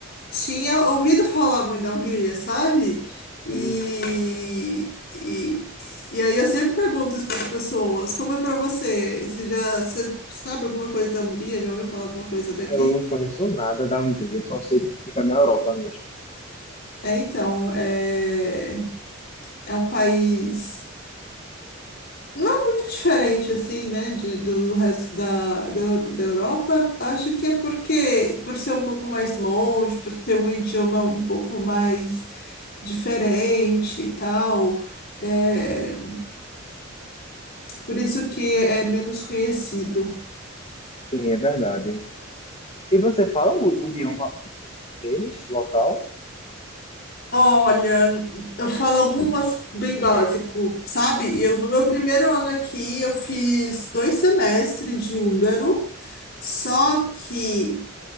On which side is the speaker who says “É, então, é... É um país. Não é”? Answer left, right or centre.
Left